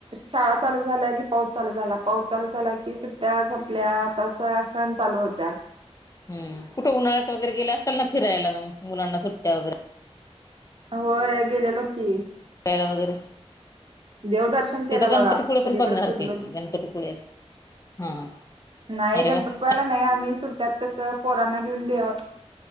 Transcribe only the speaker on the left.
हम् कुठे उन्हाळ्या वगैरे गेले असल ना फिरायला मग मुलांना सुट्टया वगैरे
वय वगैरे
तिथं गणपतीपुळे
पण बघण्यासारखं
आहे
गणपतीपुळे हा
अरे
वा हम्म